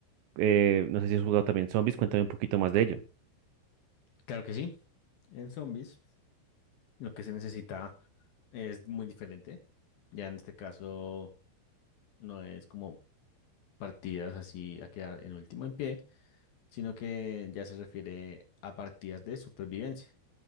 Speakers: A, on the right; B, on the left.
A: eh, no sé si has jugado también zombies, cuéntame un poquito más de ello.
B: Claro que sí. En zombies, lo que se necesita es muy diferente. Ya en este caso, no es como partidas así a quedar en último en pie, sino que ya se refiere a partidas de supervivencia.